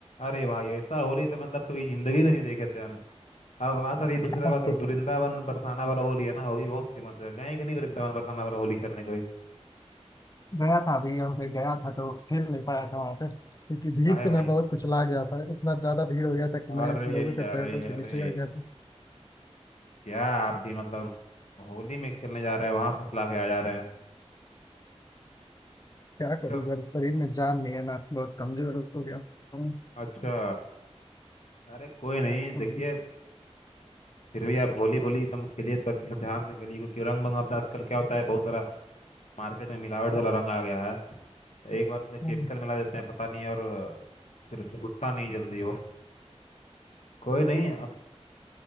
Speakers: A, on the left (about 75°); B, on the left (about 35°).
A: अरे भाई ऐसा होली तो मतलब कभी जिंदगी में नहीं देखे थे हम अब बात रही दूसरा
B: है
A: बात तो वृंदावन बरसाना वाला होली है ना वो भी बहुत फेमस है गए कि नहीं वृंदावन बरसाना वाला होली खेलने कभी
B: गया था अभी और फिर गया था तो खेल नहीं पाया था वहां पे क्योंकि भीड़
A: काहे
B: से
A: भाई
B: मैं बहुत कुचला गया था इतना ज्यादा भीड़ हो गया था कि
A: अरे
B: मैं इस लोगों के
A: अरे
B: पैरों के
A: अरे
B: नीचे आ गया था
A: क्या आप भी मतलब होली में खेलने जा रहे हैं वहां कुछ ला के आ जा रहे हैं
B: क्या करूँगा
A: तो-
B: शरीर में जान नहीं है ना बहुत कमजोर हो गया हूँ
A: अच्छा अरे कोई नहीं देखिए
B: हाँ,
A: फिर भी आप होली बोली एकदम खेलिए तो अच्छे से ध्यान से खेलिए क्योंकि रंग मंग अब आजकल क्या होता है बहुत सारा मार्केट में मिलावट वाला रंग आ गया है तो एक बार उसमें
B: हाँ,
A: केमिकल मिला देते हैं पता नहीं और अ, फिर छूटता नहीं जल्दी वो कोई नहीं आप